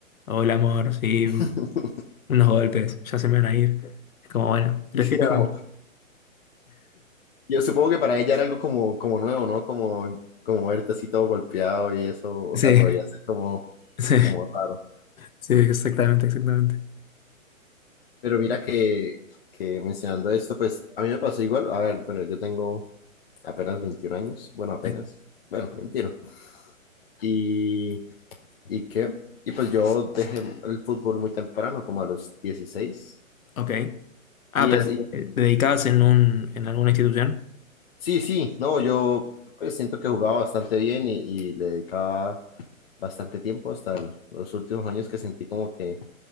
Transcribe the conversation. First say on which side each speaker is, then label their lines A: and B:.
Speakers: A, on the left (about 80°); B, on the left (about 45°).
A: hola amor, sí,
B: <laughs>
A: unos golpes, ya se me van a ir. Es como, bueno, prefiero...
B: Sí, sí, como, yo supongo que para ella era algo como, como nuevo, ¿no? Como, como verte así todo golpeado y eso, o
A: Sí,
B: sea, podría ser como,
A: <laughs> sí,
B: como raro.
A: sí, exactamente, exactamente.
B: Pero mira que, que mencionando esto, pues a mí me pasó igual. A ver, bueno, yo tengo apenas 21 años, bueno, apenas,
A: Sí.
B: bueno, veintiuno Y, ¿y qué? Y pues yo dejé el fútbol muy temprano, como a los dieciséis
A: Ok. Ah,
B: Y,
A: pero
B: es, y
A: eh, ¿dedicabas en un, en alguna institución?
B: Sí, sí, no, yo pues siento que jugaba bastante bien y, y le dedicaba bastante tiempo hasta el- los últimos años que sentí como que,